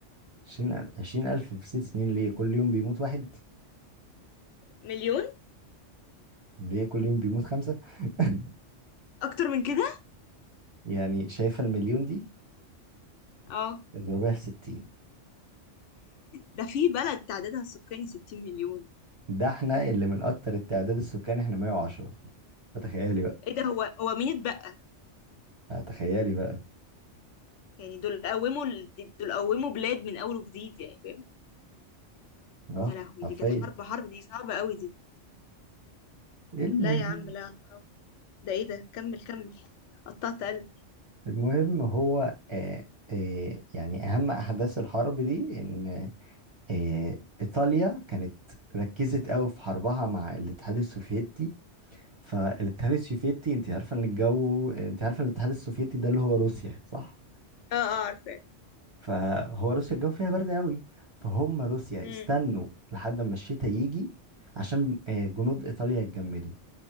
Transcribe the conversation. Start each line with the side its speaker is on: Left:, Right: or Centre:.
Right: عشرين عشرين ألف في ست سنين ليه كل يوم بيموت واحد
Left: مليون
Right: ليه كل يوم بيموت خمسة <laughs>
Left: اكتر من كده
Right: يعني شايفة المليون دي
Left: اه
Right: اضربيها في ستين
Left: ده في بلد تعدادها السكاني 60 مليون
Right: ده احنا اللي من أكتر التعداد السكاني احنا 110 فتخيلي
Left: ايه ده هو هو مين اتبقى
Right: آه، تخيلي بقى
Left: يعني دول قوموا ال- دول قوموا بلاد من اول وجديد يعني فاهم
Right: اه
Left: يا لهوي
Right: حرفيا
Left: دي كانت حرب حرب دي صعبة قوي دي
Right: المهم
Left: لا يا عم لا حرام ده ايه ده كمل كمل قطعت قلبي
Right: المهم هو آه آه يعني اهم احداث الحرب دي ان آه ايطاليا كانت ركزت قوي في حربها مع الاتحاد السوفيتي فالاتحاد السوفيتي انت عارفه ان الجو انت عارفه ان الاتحاد السوفيتي ده اللي هو روسيا صح
Left: اه اه عارفاه
Right: فهو روسيا الجو فيها برد قوي فهم روسيا
Left: امم
Right: استنوا لحد ما الشتاء يجي عشان آه، جنود ايطاليا يتجمدوا